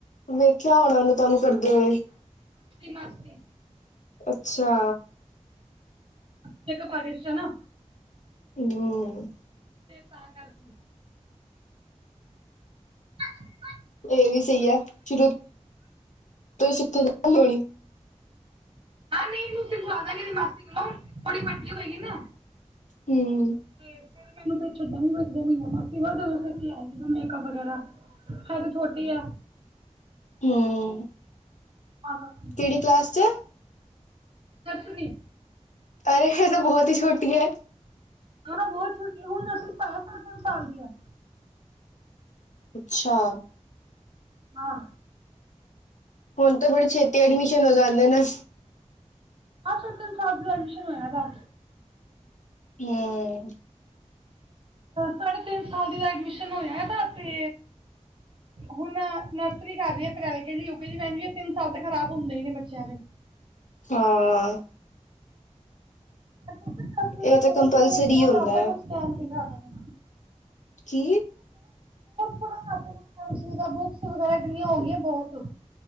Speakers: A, on the left; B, on the right.
A: ਵਖ ਕਿਆ ਹੋਣਾ ਉਹਨੂੰ ਤੁਹਾਨੂੰ ਕਰਦੇ ਹੋਏ,
B: ਮਾਸੀੇ,
A: ਅੱਛਾ,
B: ਚੈੱਕ ਪਾਟੀਸ਼ ਨਾ
A: ਹਂ
B: ਤੇ ਤਾਂ ਕਰਦੀ <unintelligible>
A: ਇਹ ਵੀ ਸਹੀ ਹੈ ਸ਼ੁਰੂ ਤੋਂ ਸਿੱਖੇ ਹੋਣੀ
B: ਹਾਂ, ਨਹੀਂ ਮੂਸੀ ਖੁਵਾ ਦਾਂਗੇ ਇਹਦੀ ਮਾਸੀ ਕੋਲੋਂ, ਥੋੜੀ ਵੱਡੀ ਹੋਏਗੀ ਨਾ
A: ਹਂ
B: ਫ਼ੇਰ ਮੈਨੂੰ ਹੁਣ ਤੇ ਛੱਡਾਂਗੀ ਨ ਵੀ ਮਾਸੀ ਵੱਲ, ਜਦੋਂ ਆ ਸਿਖ ਕਿ ਆਏਗੀ ਨਾ ਮੇਕਅਪ ਵਗੈਰਾ ਹੈ ਹਜੇ ਤੇ ਛੋਟੀ ਆ।
A: ਹੂੰ
B: ਤਾਂ ਕਰਕੇ
A: ਕਿਹੜੀ ਕਲਾਸ ਚ ਏ
B: ਨਰਸਰੀ।
A: ਅਰੇ ਏਹ ਤੇ ਬਹੁਤ ਹੀ ਛੋਟੀ ਐ।
B: ਹਾਂ, ਬਹੁਤ ਛੋਟੀ ਹੁ ਹੁਣ ਪਾਇਆ ਤਿੰਨ ਸਾਲ ਦੀ ਐ।
A: ਅੱਛਾ।
B: ਆਂਹ
A: ਹੁਣ ਤਾਂ ਬੜੇ ਛੇਤੀ ਐਡਮਿਸ਼ਨ ਹੋ ਜਾਂਦੇ ਨੇਂ।
B: ਆਹ ਤਿੰਨ ਸਾਲ ਐਡਮਿਸ਼ਨ ਹੋਇਆ ਦਾ
A: ਹਂ
B: ਸਾਢੇ ਤਿੰਨ ਸਾਲ ਦੀ ਦਾ ਐਡਮਿਸ਼ਨ ਹੋਆ ਏਦਾ ਤੇ ਹੁਣ ਮੈਂ ਨਰਸਰੀ ਕਰ ਰਹੀ ਆਂ, ਫ਼ਿਰ ਐਲ ਕੇਜੀ, ਯੂ ਕੇਜੀ ਪੈਂਦੀ ਏ, ਤਿੰਨ ਸਾਲ ਤਾਂ ਖ਼ਰਾਬ ਹੁੰਦੇ ਹੀ ਨੇ ਬੱਚਿਆਂ ਦੇ।
A: ਹਾਂ।
B: ਹਰ ਚੀਜ ਦਾ
A: ਇਹ ਤਾਂ
B: ਕੋਰਸ
A: ਕੰਪਲਸਰੀ
B: ਇਹਨਾਂ ਨੇ ਇਤਨਾ
A: ਹੁੰਦਾ
B: ਕਰਦਾ
A: ਹੈ
B: ਕੁਛ ਕਹਿਣ ਦੀ ਹੱਦ ਨੀਂ।
A: ਕੀ?
B: ਬੜਾ ਘੱਟ ਬੁਕਸ ਵਗੈਰਾ ਇਤਨੀਆਂ ਹੋਗੀਆਂ ਬਹੁਤ।